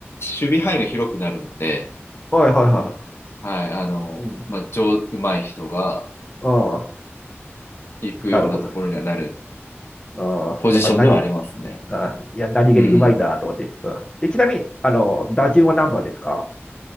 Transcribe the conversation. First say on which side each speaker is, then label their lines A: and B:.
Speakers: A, on the left; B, on the left.
A: 守備範囲が広くなるんで、
B: はいはいは
A: はい、あの、
B: い。うん。
A: まあ、上手い人が
B: ああ、
A: 行くようなところにはなる
B: なるほど。ああ、
A: ポジションではありますね。
B: やっぱ何、ああ、いや、何気にうまいなと思って。
A: うん。
B: うんで、ちなみに、あの、打順は何番ですか